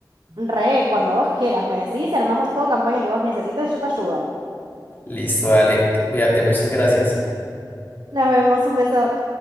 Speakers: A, on the right; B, on the left.
A: Re, cuando vos quieras, me decís y armamos toda campaña que vos necesites, yo te ayudo.
B: Listo, dale, cuídate, muchas gracias.
A: Nos vemos, un beso.